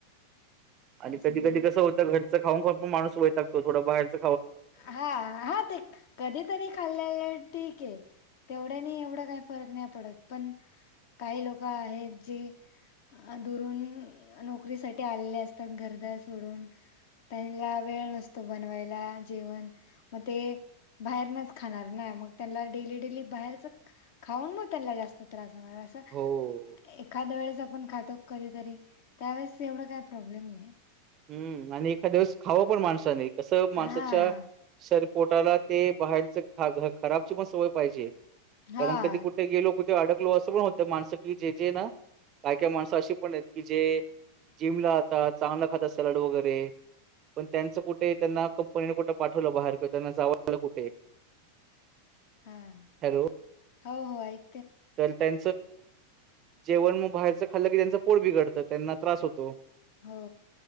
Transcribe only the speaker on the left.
अजून
काय?
हा हा ते कधी तरी खाल्लं. ठीक आहे तेवढ्या नाही एवढं काही फरक नाही पडत पण काही लोक आहेत जे अ दुरून नोकरी साठी आलेले असतात घरदार सोडून. त्यांना वेळ नसतो बनवायला जेवण मग ते बाहेरनच खाणार नाही मग त्यांना डेली डेली बाहेरच खाऊन मग त्यांना जास्त त्रास होणार. अससं.
एखाद्या वेळेस आपण खातो कधीतरी त्यावेेळेस एवढं काही प्रॉब्लेम नाही.
हा
हा
हा
हो हो ऐक.
हो.